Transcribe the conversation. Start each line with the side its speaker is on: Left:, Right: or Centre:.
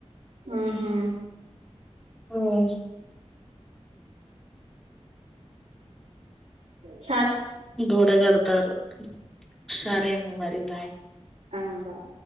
Right: ఆహా
Centre: ఉమ్మ్
Right: అ <unintelligible>
Centre: గోడ కడతారు సరేమో మరి బాయ్
Right: ఆ బాయ్